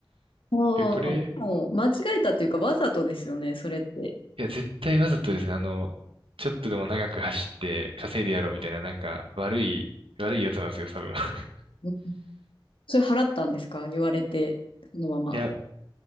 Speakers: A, on the left (about 75°); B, on the right (about 85°).
A: ああ
B: で、これ、
A: もう間違えたっていうか、わざとですよね、それって。
B: いや、絶対わざとですね、あの、ちょっとでも長く走って稼いでやろうみたいな、なんか、悪い、悪いやつなんですよ、多分。<laughs>
A: うんそれ払ったんですか言われて、そのまま。
B: いや、